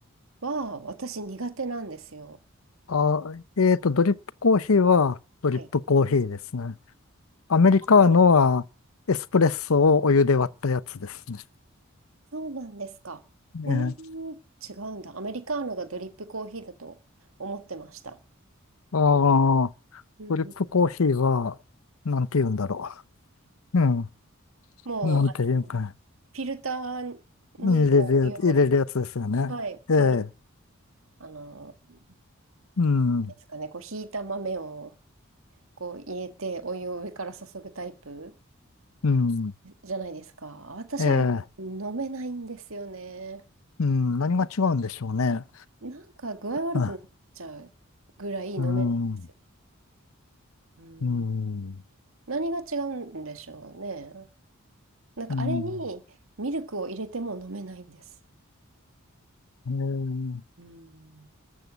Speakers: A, on the right (about 75°); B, on the left (about 80°).
A: は私苦手なんですよ。
B: あ、えーと、ドリップコーヒーはドリップコーヒーですね。
A: はい。
B: アメリカーノはエスプレッソをお湯で割ったやつですね。
A: あそうなんですか。
B: ねえ。
A: うーん、違うんだ。アメリカーノがドリップコーヒーだと思ってました。
B: ああ、
A: うんうん、
B: ドリップコーヒーは、なんて言うんだろう。うん。
A: もう、
B: なんて言うか。
A: あの、フィルターにこうお湯を、
B: 入れるや、入れるやつですよね。
A: はい、
B: ええ、
A: とい、あの、なん
B: うん、
A: ですかね、こう、ひいた豆をこう入れてお湯を上から注ぐタイプ
B: うん、
A: じゃないですか。私あれ飲めないんですよね。
B: ええ、うん、何が違うんでしょうね。
A: なんか具合悪くなっちゃうぐらい飲めないんですよ。
B: あうん、
A: うん。
B: うん、
A: 何が違うんでしょうね。なんかあれにミルクを入れても飲めないんです。
B: うん、ええ、
A: うん。